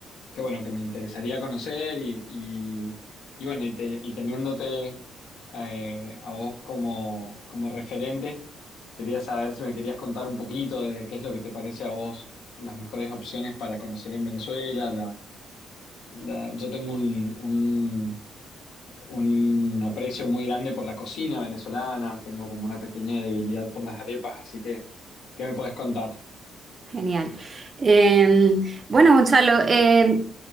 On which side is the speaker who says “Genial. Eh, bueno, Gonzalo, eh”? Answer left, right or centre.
Right